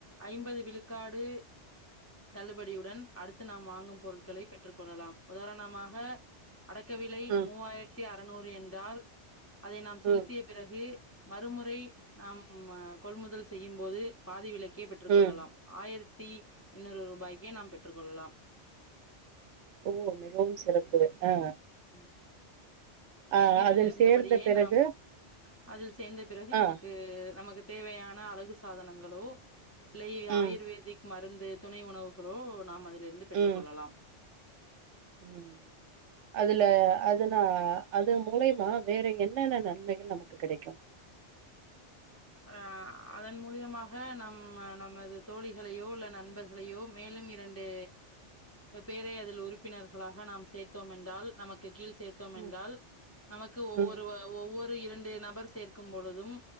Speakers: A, on the left; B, on the right.
A: ஐம்பது விழுக்காடு தள்ளுபடியுடன் த்து நாம் வாங்கும் பொருள்களை பெற்றுக் கொள்ளலாம் உதாரணமாக அடக்க விலை
B: ம்
A: மூவாய்ர்த்தி அறநூறு என்றால் அதை நாம் செலுத்திய
B: ம் ம்
A: பிறகு மறுமுறை நாம்ம கொள்முதல் செய்யும் போது பாதி விலைக்கே பெற்றுக் கொள்ளலாம்
B: ம்
A: ஆயர்த்தி எண்ணூறு ரூபாய்க்கே நாம் பெற்றுக் கொள்ளலாம்
B: ஓ மிகவும் சிறப்பு ஆ
A: ம்
B: ஆ
A: வீட்டிலிருந்தபடியே
B: அதில் சேர்ந்த பிறகு
A: நாம் அதில் சேர்ந்த பிறகு
B: ஆ
A: நமக்கு நமக்கு தேவையான அழகு சாதனங்களோ பிலை
B: ம்
A: ஆயுர்வேதிக் மருந்து துணை உணவுகளோ நாம் அதிலிருந்து பெற்று
B: ம்
A: கொள்ளலாம்
B: ம் அதுல அதுனா அது மூலியமா வேற என்னென்ன நன்மைகள் நமக்கு கிடைக்கும்
A: ஆ அதன் மூலியமாக நம் நமது தோழிகளையோ இல்ல நண்பர் களையோ மேலும் இரண்டு பேரை அதில் உறுப்பினர்களாக நாம் சேர்த்தோம் என்றால் நமக்கு கீழ் சேர்த்தோம்
B: ம்
A: என்றால் நமக்கு ஒவ்வொரு
B: ம்
A: ஒவ்வொரு இரண்டு நபர் சேர்க்கும் பொழுதும்